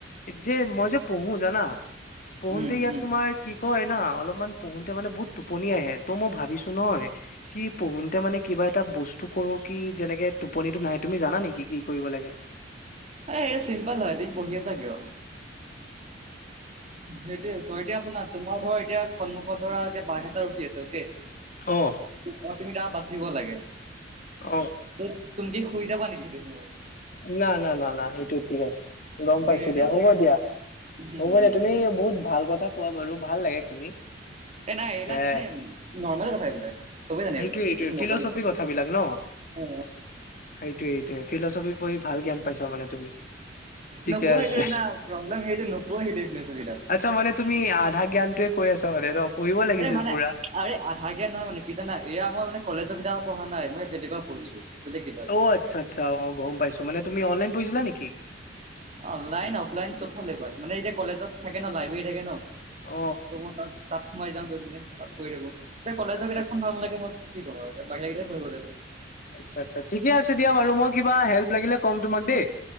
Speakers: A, on the left; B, on the right.
A: যে মই যে পঢ়ো জানা পঢ়োতে
B: উম
A: ইয়াত
B: উম।
A: তোমাৰ কি কই না অলপমান পঢ়োতে মানে বহুত টোপনি আহে, ত মই ভাবিছো নহ কি পঢ়োতে মানে কিবা এটা বস্তু কৰো, কি যেনেকে টোপনিটো নাহে। তুমি জানা নেকি কি কৰিব লাগে?
B: এ এইটো চিম্পল হয় তুমি পঢ়ি আছা কিয়? সেইটোয়ে তই এতিয়া শুনা তোমাৰ ধৰা এতিয়া সন্মুখত ধৰা এ বাঘ এটা ৰখি আছে অকে
A: অ
B: অ তুমি তাৰ বাচিব লাগে।
A: অ।
B: ত তুমি শুই যাবা নেকি সেইটো সময়ত?
A: না না না না সেইটো ঠিক আছে, গম পাইছো
B: সেইটোৱে
A: দিয়া হ'ব
B: আৰু ন।
A: দিয়া।
B: উম
A: হ'ব দে
B: উম।
A: তুমি বহুত ভাল কথা কোৱা বাৰু ভাল লাগে শুনি।
B: এই নাই এইবিলাক
A: এ
B: মানে নৰ্মেল কথা এইবিলাক, চবেই জানে
A: সেইটোয়ে
B: এইবিলাক
A: সেইটোয়ে
B: কিন্তু নক
A: ফিলচফি
B: অ',
A: কথাবিলাক ন
B: অ।
A: সেইটোৱে এইটোয়ে, ফিলচফি পঢ়ি ভাল জ্ঞান পাইছা মানে তুমি। ঠিকে
B: নপঢ়িলো
A: আছে
B: না প্ৰব্লেম সেইটো, নপঢ়িলো
A: আচ্ছা মানে তুমি আধা জ্ঞানটোৱে কৈ আছা মানে ন পঢ়িব লাগিছিল
B: <unintelligible> এ মানে
A: পুৰা
B: আ আধা কিয়াত নহয় মানে কি জানা এয়া মই মানে কলেজৰ কিতাপ পঢ়াই নাই, মই বেলেগৰ পঢ়িছো। বেলেগ কিতাপ
A: অ' আচ্ছা- আচ্ছা, অ' গম পাইছো মানে তুমি অনলাইন পঢ়িছিলা নেকি?
B: অ' অনলাইন-অফলাইন চবফালে কয়, মানে এতিয়া কলেজত থাকে ন লাইব্ৰেৰী থাকে ন'।
A: অ
B: ত' মই তাত তাত সোমাই যাওঁ, গৈ পিনে তাত পঢ়ি থাকো। এতিয়া কলেজৰ
A: আচ্ছা
B: কিতাপখন
A: আচ্ছা
B: ভাল লাগে মই কি কৰো আৰু এতিয়া বাহিৰা কিতাপ পঢ়িব লাগিব।
A: আচ্ছা-আচ্ছা ঠিকে আছে দিয়া বাৰু মই কিবা হেল্প লাগিলে ক'ম তোমাক দেই।